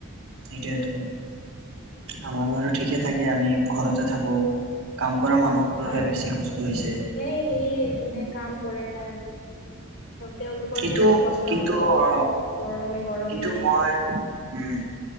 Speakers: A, on the right; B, on the left.
A: সেইটোয়েতো আমাৰ বাৰু ঠিকেই থাকে আমি ঘৰতে থাকো। কাম কৰা মানুহবোৰৰহে
B: অ হয়
A: বেছি
B: হয়
A: কষ্ট হৈছে
B: সেইয় সেয়ে যোনে
A: উম,
B: কাম কৰে তাৰ। তেওঁলোকৰ
A: কিন্তু
B: কি অৱস্থা
A: কিন্তু
B: হ'ব
A: অ
B: গৰমে। গৰমে
A: কিন্তু মই উম।